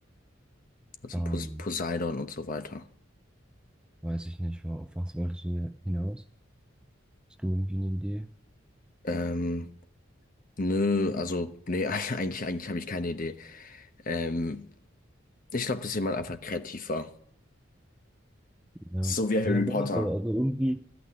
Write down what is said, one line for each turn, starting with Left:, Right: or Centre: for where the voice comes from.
Left: also
Centre: Ähm,
Left: Pos Poseidon und so weiter.
Centre: weiß ich nicht, wa- auf was wolltest du hier hinaus? Hast du irgendwie eine Idee?
Left: Ähm, Nö, also, nee, <laughs> eigentlich, eigentlich habe ich keine Idee. Ähm, ich glaube, dass jemand einfach kreativ war.
Centre: Ja,
Left: So wie Harry
Centre: ja, doch,
Left: Potter.
Centre: aber also irgendwie,